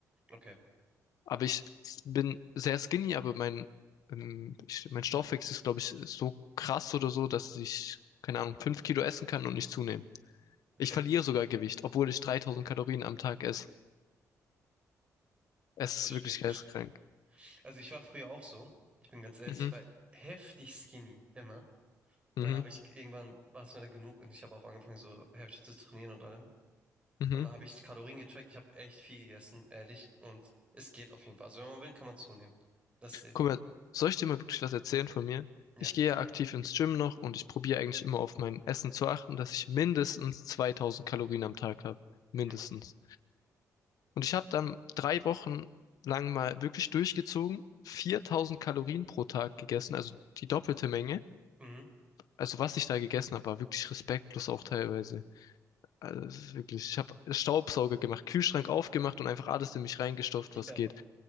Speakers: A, on the right; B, on the left.
A: Okay.
B: Aber ich bin sehr skinny, aber mein, ähm, ich, mein Stoffwechsel ist, glaube ich, so krass oder so, dass ich, keine Ahnung, 5 Kilo essen kann und nicht zunehmen.
A: Okay.
B: Ich verliere sogar Gewicht, obwohl ich 3000 Kalorien am Tag esse. Es ist
A: Verstehe,
B: wirklich
A: verstehe.
B: geisteskrank.
A: Also ich war früher auch so. Ich bin ganz ehrlich,
B: Mhm,
A: ich war heftig skinny, immer.
B: mhm,
A: Dann habe ich irgendwann war es mir dann genug und ich habe auch angefangen, so heftig zu trainieren und allem.
B: mhm.
A: Und dann habe ich die Kalorien gecheckt. Ich habe echt viel gegessen, ehrlich. Und es geht auf jeden Fall. Also wenn man will, kann man zunehmen. Das ist safe.
B: Guck mal, soll ich dir mal wirklich was erzählen von mir?
A: Ja.
B: Ich gehe ja aktiv ins Gym noch und ich probiere eigentlich immer auf mein Essen zu achten, dass ich mindestens 2000 Kalorien am Tag habe. Mindestens.
A: Mhm.
B: Und ich habe dann drei Wochen lang mal wirklich durchgezogen, 4000 Kalorien pro Tag gegessen, also die doppelte Menge.
A: Mhm.
B: Also was ich da gegessen habe, war wirklich respektlos auch teilweise. Also es ist wirklich, ich habe Staubsauger gemacht, Kühlschrank aufgemacht und einfach
A: <laughs>
B: alles in mich reingestopft,
A: Ja,
B: was geht.
A: Mann.